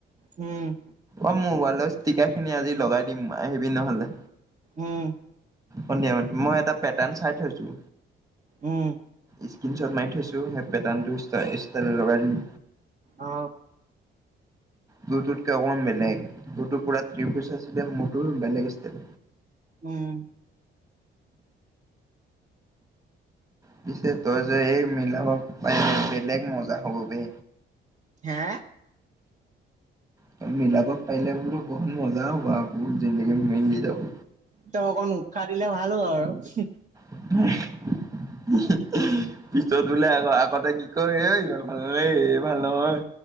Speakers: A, on the right; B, on the right.
A: উম
B: অ মো মোবাইলৰ ষ্টিকা খিনি আজি লগাই দিম আহিবি নহলে
A: উম,
B: সন্ধিয়া টাইমত মই এটা পেটাৰ চাই থৈছো
A: উম,
B: ইচকিনচত মাৰি থৈছো সেই পেটাৰ্ণ তই ষ্টাইলত লগাই দিলি
A: অ
B: তো তোকতকে অকণ বেলেগ তোতো পুৰা ত্ৰিপুছ আছিলে মোৰটো বেলেগ ষ্টাইল
A: উম
B: পিছে তই যে এই মিলাব পাৰিলে বেলেগ মজা হ'ব বে
A: হে
B: তই মিলাব পাৰিলে মানে টো বহুত মজা হ'ব আকৌ যিন্দাগি মিলি যাব
A: তই অকণ উৎসাহ দিলে ভাল আৰু
B: <unintelligible> উম পিছত বোলে আক আগতে কি কয় এই ইমান ভাল নালাগেই ই ভাল নহয়